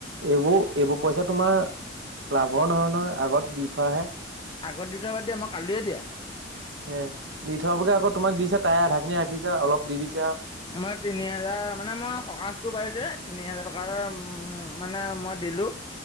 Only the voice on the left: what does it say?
আগত দিওঁতে বাদ দিয়া মই কালিয়ে দিয়া।
মই তিনি হাজাৰ মানে মই সহাশটো পাই যে তিনি হাজাৰ টকা এটা মানে মই দিলো।